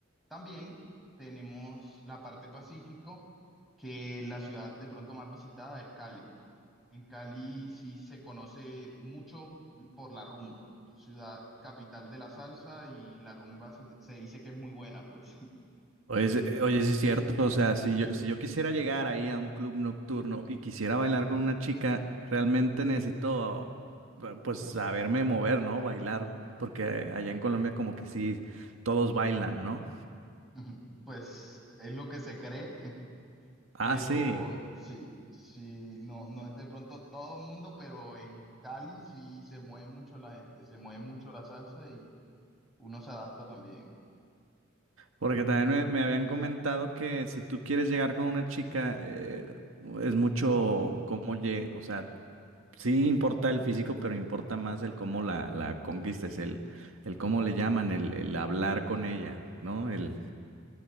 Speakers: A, in the centre; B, on the right.
A: También tenemos la parte pacífico, que la ciudad de pronto más visitada es Cali. En Cali sí se conoce mucho por la rumba, ciudad capital de la salsa y la rumba se, se dice que es muy buena, pues,
B: Oye, sí- eh, oye, sí es cierto, o sea, si yo, si yo quisiera llegar ahí a un club nocturno y quisiera bailar con una chica, realmente necesito, eh, pues, saberme mover, ¿no? Bailar, porque allá en Colombia como que sí, todos bailan, ¿no?
A: <laughs> pues es lo que se cree, <laughs>
B: Ah,
A: pero
B: sí.
A: sí, sí, no, no es de pronto todo el mundo, pero en Cali sí se mueve mucho la gente, se mueve mucho la salsa y uno se adapta también.
B: Porque también me, me habían comentado que si tú quieres llegar con una chica, eh, es mucho cómo lle, o sea, sí importa el físico, pero importa más el cómo la, la conquistes, el, el cómo le llaman, el, el hablar con ella, ¿no? El